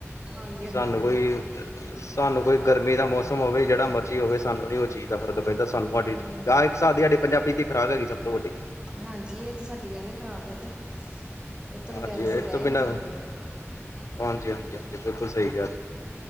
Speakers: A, on the right; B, on the left.
A: ਹਾਂਜੀ
B: ਤੇ
A: ਹਾਂਜੀ
B: ਸਾਨੂੰ
A: ਬਿਲਕੁਲ
B: ਕੋਈ ਸਾਨੂੰ ਕੋਈ ਗਰਮੀ ਦਾ ਮੌਸਮ ਹੋਵੇ ਜਿਹੜਾ ਮਰਜ਼ੀ ਹੋਵੇ ਸਾਨੂੰ ਨੀ ਉਹ ਚੀਜ਼ ਦਾ ਫਰਕ ਪੈਂਦਾ। ਸਾਡੀ
A: ਹਾਂਜੀ
B: ਚਾਹ
A: ਹਾਂਜੀ
B: ਇੱਕ ਦੀ ਸਾਡੇ ਪੰਜਾਬੀ ਦੀ ਖੁਰਾਕ ਹੈਗੀ ਸਭ ਤੋਂ ਵੱਡੀ
A: ਹਾਂਜੀ ਇਹ ਤੇ ਸਾਡੀ ਵੇਸੇ ਖੁਰਾਕ਼਼਼਼ਏ ਤੇ ਇਹ ਤਾਂ
B: ਹਾਂਜੀ
A: ਬਗੈਰ ਅਸੀਂ
B: ਇਹ
A: ਰਹਿ
B: ਤੋਂ
A: ਹੀ
B: ਬਿਨਾਂ
A: ਨਹੀਂ ਸਕਦੇ।
B: ਹਾਂਜੀ ਹਾਂਜੀ ਹਾਂਜੀ ਬਿਲਕੁਲ ਸਹੀ ਕਿਹਾ